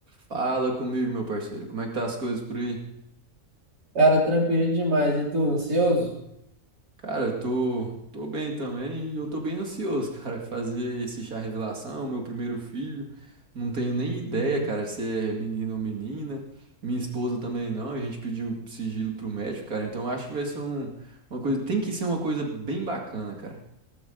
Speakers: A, on the right (about 65°); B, on the right (about 90°).
A: Fala comigo, meu parceiro. Como é que tá as coisas por aí?
B: Cara, tranquilinho demais. E tu, ansioso?
A: Cara, eu tô, tô bem também e eu tô bem ansioso, cara. <laughs> Fazer esse chá revelação, meu primeiro filho. Não tenho nem ideia,
B: Uhum.
A: cara, se é menino ou menina. Minha esposa também não. A gente pediu sigilo pro médico, cara. Então eu acho que vai ser um, uma coisa. Tem que ser uma coisa bem bacana, cara.